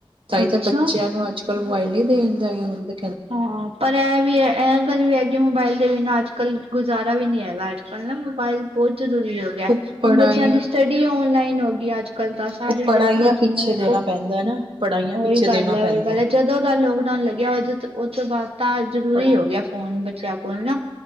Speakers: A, on the right; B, on the right.
A: ਸਹੀ
B: ਅੱਛਾ
A: ਤਾਂ ਬੱਚਿਆਂ ਨੂੰ ਅੱਜ-ਕੱਲ੍ਹ ਮੋਬਾਇਲ ਦੇਣ ਦਾ ਹੁੰਦਾ।
B: ਹਾਂ, ਪਰ ਇਹ ਵੀ ਇਹ ਗੱਲ ਵੀ ਹੈਗੀ ਮੋਬਾਇਲ ਦੇ ਬਿਨਾਂ ਅੱਜ-ਕੱਲ੍ਹ ਗੁਜ਼ਾਰਾ ਵੀ ਨੀ ਹੈਗਾ। ਅੱਜ-ਕੱਲ੍ਹ ਨਾ ਮੋਬਾਇਲ ਬਹੁਤ ਜ਼ਰੂਰੀ ਹੋ ਗਿਆ
A: ਉਹ
B: ਹੁਣ
A: ਪੜ੍ਹਾਈਆਂ
B: ਬੱਚਿਆਂ ਦੀ ਸਟੱ- ਡੀ ਔਨਲਾਈਨ ਹੋ ਗਈ ਅੱਜ। ਗਲ ਤਾਂ ਸਾਰੀ
A: ਉਹ ਪੜ੍ਹਾਈਆਂ
B: ਦੇੇਖੋ
A: ਪਿੱਛੇ
B: ਜਿਨੂੰ ਵੇਖੋ,
A: ਦੇਣਾ ਪੈਂਦਾ ਨਾ ਪੜ੍ਹਾਈਆਂ
B: ਉਹੀ
A: ਪਿੱਛੇ ਦੇਣਾ
B: ਗੱਲ ਏ
A: ਪੈਂਦਾ
B: ਉਹੀ ਗੱਲ
A: ਹੈ
B: ਏ। ਜਦੋ ਦਾ ਲੋਕਡਾਊਨ ਲੱਗਿਆ ਉਦੋ ਤੋਂ ਬਾਅਦ ਤਾਂ ਜਰੂਰੀ
A: ਪੜ੍ਹਾ
B: ਹੋ ਗਿਆ ਫੋਨ ਬੱਚਿਆਂ ਕੋਲ ਨਾ।